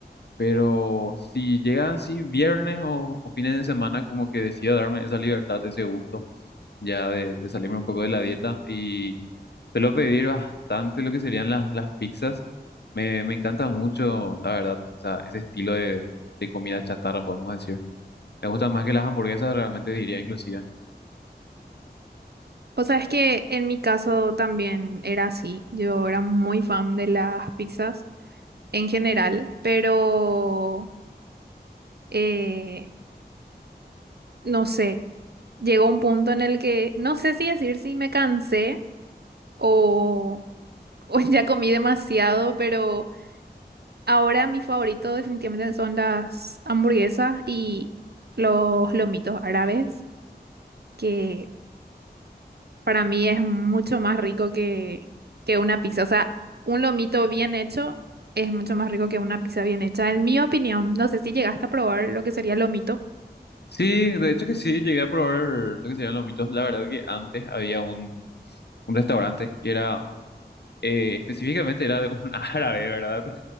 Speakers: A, on the left; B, on the right.
A: Pero si llega así viernes o, o fines de semana, como que decido darme esa libertad, ese gusto. ya de, de salirme un poco de la dieta y suelo pedir bastante lo que serían las, las pizzas. Me, me encanta mucho, la verdad, esa- ese estilo de, de comida chatarra, podemos decir. Me gustan más que las hamburguesas, realmente diría inclusive.
B: Pues sabes que en mi caso también era así. Yo era muy fan de las pizzas en general, pero eh, no sé. Llegó un punto en el que no sé si decir si me cansé o, o <laughs> ya comí demasiado, pero ahora mi favorito definitivamente son las hamburguesas y los lomitos árabes, que Para mí es mucho más rico que, que una pizza. O sea, un lomito bien hecho es mucho más rico que una pizza bien hecha, en mi opinión. No sé si llegaste a probar lo que sería lomito.
A: Sí, de hecho que sí, llegué a probar lo que serían los mitos. La verdad que antes había un, un restaurante que era, eh, específicamente era de un <laughs> árabe, ¿verdad?